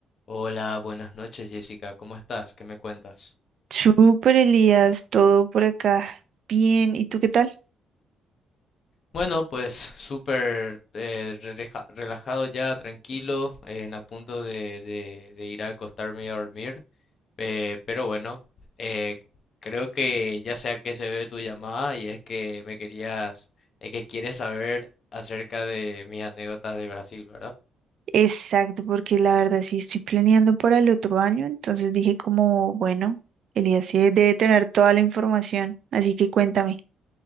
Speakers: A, on the left (about 50°); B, on the right (about 65°).
A: Hola, buenas noches Jessica, ¿cómo estás? ¿Qué me cuentas?
B: Súper, Elías, todo por acá. Bien, ¿y tú qué tal?
A: Bueno, pues súper eh, releja- relajado ya, tranquilo, en a punto de, de- de ir a acostarme y a dormir, eh, pero bueno, eh, creo que ya sé a qué se ve tu llamada y es que me querías, es que quieres saber acerca de mis anécdotas de Brasil, ¿verdad?
B: Exacto, porque la verdad sí estoy planeando para el otro año, entonces dije como, bueno, Elías sí debe tener toda la información, así que cuéntame,